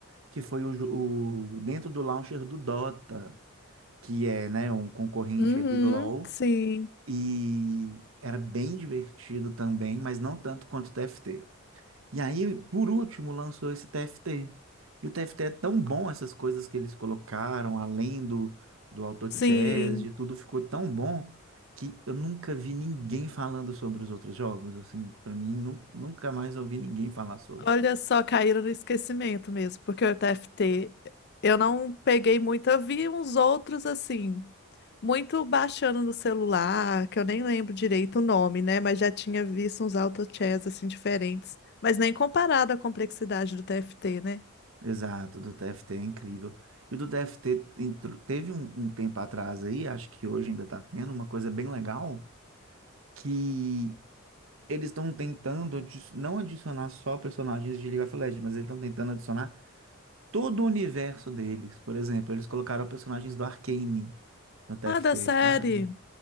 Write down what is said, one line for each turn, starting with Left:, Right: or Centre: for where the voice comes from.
Right: que foi o, jo- o dentro do launcher do Dota. que é, né, um concorrente
Left: uhum,
Right: ali do LoL,
Left: sim,
Right: e era bem divertido também, mas não tanto quanto o TFT. E aí, por último, lançou esse TFT. E o TFT é tão bom, essas coisas que eles colocaram, além do, do auto
Left: sim.
Right: chess, de tudo, ficou tão bom que eu nunca vi ninguém falando sobre os outros jogos, assim, para mim, nu- nunca mais ouvi ninguém falar sobre.
Left: Olha só, caíram no esquecimento mesmo, porque o TFT eu não peguei muito, eu vi uns outros assim, muito baixando no celular, que eu nem lembro direito o nome, né? Mas já tinha visto uns auto chess assim diferentes, mas nem comparado à complexidade do TFT, né?
Right: Exato, do TFT é incrível. E o do TFT entr- teve um, um tempo atrás aí, acho que hoje ainda está tendo uma coisa bem legal, que eles estão tentando adi- não adicionar só personagens de League of Legends, mas eles estão tentando adicionar todo o universo deles. Por exemplo, eles colocaram personagens do Arcane no TFT,
Left: Ah, da série.
Right: sabe?